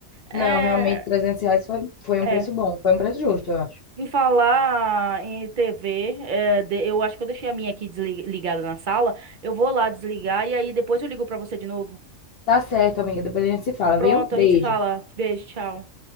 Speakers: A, on the left; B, on the right.
A: Não,
B: É,
A: realmente, trezentos reais foi, foi um
B: é.
A: preço bom, foi um preço justo, eu acho.
B: Em falar em TV, é, de- eu acho que eu deixei a minha aqui desli- ligada na sala. Eu vou lá desligar e aí depois eu ligo pra você de novo.
A: Tá certo, amiga. Depois a gente se fala,
B: Pronto,
A: viu? Beijo.
B: a gente se fala. Beijo, tchau.